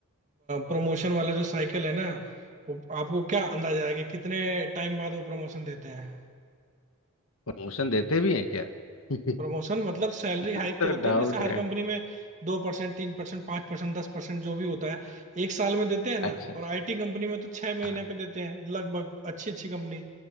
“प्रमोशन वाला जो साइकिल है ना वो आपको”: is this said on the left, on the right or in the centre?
Right